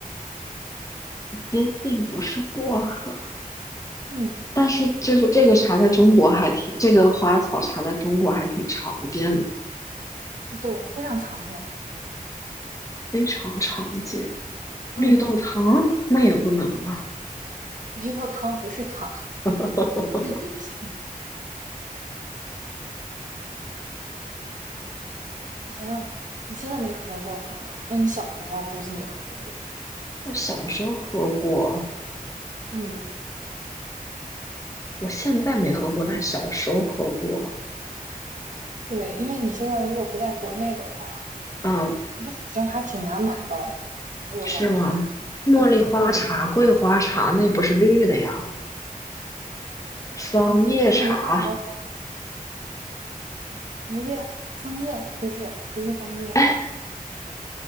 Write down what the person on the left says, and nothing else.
接近不是薄荷。
但是就是这个茶在中国还挺，这个花草茶在中国还挺常见的，
非常常见。
绿豆汤那也不能啊，
<laughs>
我小时候喝过，
我现在没喝过，但小时候喝过。
嗯，
是吗？茉莉花茶、
桂花茶那不是绿的呀？桑叶茶，
哎